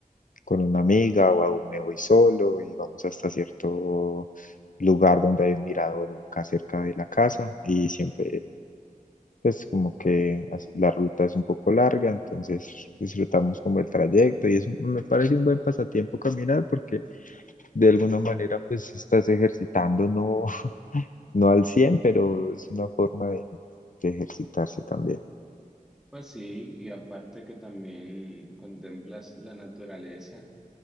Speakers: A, on the left; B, in the centre.
A: con una amiga o aún me voy solo y vamos hasta cierto lugar donde hay un mirador acá cerca de la casa y siempre pues como que as- la ruta es un poco larga, entonces disfrutamos como el trayecto y es, un- me parece un buen pasatiempo caminar porque de alguna manera pues estás ejercitando, ¿no? no al cien pero es una forma de, de ejercitarse también.
B: Pues sí, y aparte que también contemplas la naturaleza.